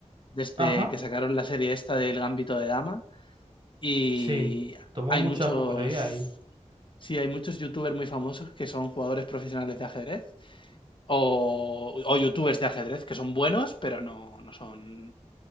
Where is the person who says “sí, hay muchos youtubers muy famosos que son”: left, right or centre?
Left